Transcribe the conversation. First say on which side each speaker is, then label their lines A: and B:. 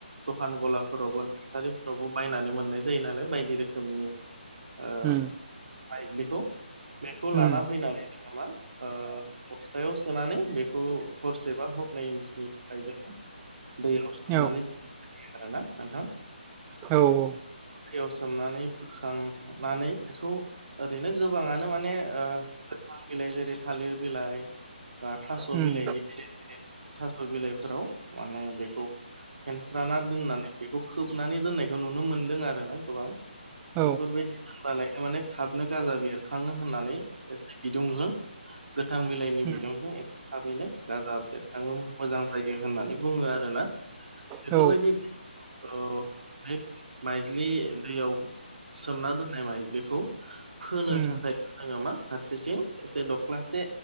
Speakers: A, on the right; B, on the right.
A: दखान गलाफोरावबो नारसारिफोर फोरावबो बायनानै मोननाय जायो नालाय बायदि रोखोमनि ओ
B: उम
A: माइज्लिखौ बेखौ
B: उम
A: लाना फैनानै जोङो मा ओ बस्थायाव सोनानै बेखौ हरसे बा हरनैनि थाखाय जोङो दैयाव सोमनानै
B: औ
A: दोननाय जायो आरोना नोंथां
B: औ औ
A: दैयाव सोमनानै बोखांनानै बेखौ ओरैनो गोबांआनो माने ओ गोथां बिलाइ जेरै थालिर बिलाइ बा थास'
B: उम
A: बिलाइनि गिदिर गिदिर थास' बिलाइफोराव माने बेखौ फेनस्राना दोननानै बेखौ खोबनानै दोननायखौ खौ नुनो मोनदों आरोना गोबां
B: औ
A: बेफोरबायदि दोनबालायनो माने थाबनो गाजा बेरो खाङो होननानै एसे बिदुंजों गोथां बिलाइनि
B: उम
A: बिदुंजों थाबैनो ओ गाजा बेरखाङो मोजां जायो होननानै बुङो आरोना बेफोरबायदि
B: औ
A: औ बे माइज्लि दैयाव सोमना दोननाय माइज्लिखौ फोनो
B: उम
A: थाखाय जोङो मा फारसेथिं एसे दख'नासे